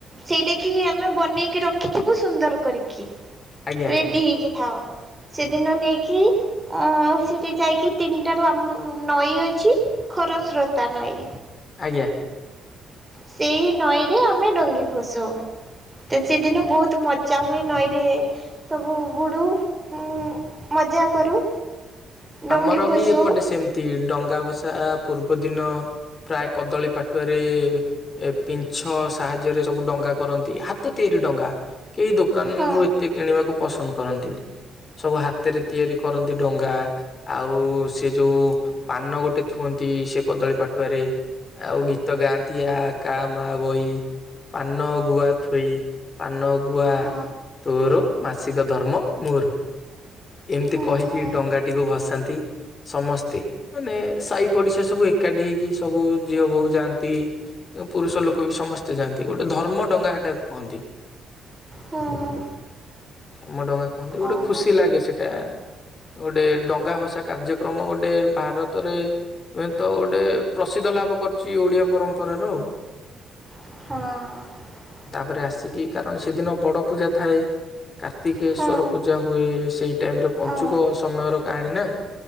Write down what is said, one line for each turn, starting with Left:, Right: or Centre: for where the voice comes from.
Right: ସେଇଟା କି ଆମେ ବନେଇକି ରଖିଥିବୁ ସୁନ୍ଦର କରିକି
Left: ଆଜ୍ଞା
Right: ରେଡ଼ି ହେଇଁ କି ଥାଅ ସେଦିନ ନେଇକି ଅ ସେଠି ଯାଇକି ତିନିଟାରୁ ଆମ ନଈ ଅଛି ଖରସ୍ରୋତା ନଇଁ
Left: ଆଜ୍ଞା।
Right: ସେଇ ନଈରେ ଆମେ ଡଙ୍ଗି ଭସଉ ତ ସେଦିନ ବହୁତ ମଜା ହୁଏ ନଈରେ ସବୁ ବୁଡ଼ୁ ଉଁ ମଜା କରୁ ଡଙ୍ଗି
Left: ଆମର
Right: ଭସଉ
Left: ବି ଏପଟେ ସେମତି ଡଙ୍ଗା ଭସା ପୂର୍ବ ଦିନ ପ୍ରାୟ କଦଳୀ ପାଟୁଆରେ ଏ ପିଛ ସାହାଯ୍ୟରେ ସବୁ ଡଙ୍ଗା କରନ୍ତି ହାତ ତିଆରି ଡଙ୍ଗା କେହି ଦୋକାନ
Right: ହଁ
Left: ରୁ ଏତେ କିଣିବାକୁ ପସନ୍ଦ କରନ୍ତିନି ସବୁ ହାତରେ ତିଆରି କରନ୍ତି ଡଙ୍ଗା ଆଉ ସେ ଯୋଉ ପାନ ଗୋଟେ ଥୁଅନ୍ତି ସେ କଦଳୀ ପାଟୁଆରେ ଆଉ ଗୀତ ଗାଆନ୍ତି ଆ କା ମା ବଇ ପାନ ଗୁଆ ଥୋଇ ପାନ ଗୁଆ
Right: ହଁ
Left: ତୋର ମାସିକ ଧର୍ମ ମୋର ଏମିତି
Right: ହଁ
Left: କହିକି
Right: ହଁ
Left: ଡଙ୍ଗାଟିକୁ ଭସ ଥାନ୍ତି ସମସ୍ତେ ମାନେ ସାହି ପଡ଼ିଶା ସବୁ ଏକାଠି ହେଇକି ସବୁ ଝିଅ ବୋହୂ ଯାଆନ୍ତି ପୁରୁଷ ଲୋକ ବି ସମସ୍ତେ ଯାଆନ୍ତି ଗୋଟେ ଧର୍ମ ଡଙ୍ଗା ହେଟାକୁ କୁହନ୍ତି।
Right: ହଁ ହଁ।
Left: ଧର୍ମଡ଼ଙ୍ଗା କୁହନ୍ତି ଗୋଟେ
Right: ଓହୋ
Left: ଖୁସି ଲାଗେ ସେଟା ଗୋଟେ ଡଙ୍ଗା ଭ ଭଷା କାର୍ଯ୍ୟକ୍ରମ ଗୋଟେ ଭାରତରେ ହୁଏ ତ ଗୋଟେ ପ୍ରସିଦ୍ଧ ଲାଭ କରିଛି ଓଡ଼ିଆ ପରମ୍ପରାର ଆଉ
Right: ହଁ।
Left: ତାପରେ ଆସିକି କାରଣ ସେଦିନ ବଡ଼ ପୂଜା ଥାଏ କାର୍ତ୍ତିକେଶ୍ଵର
Right: ହୁଁ
Left: ପୂଜା ହୁଏ ସେଇ ଟାଇମରେ
Right: ହୁଁ
Left: ପଞ୍ଚୁକ ସମୟର କାହାଣୀ ନା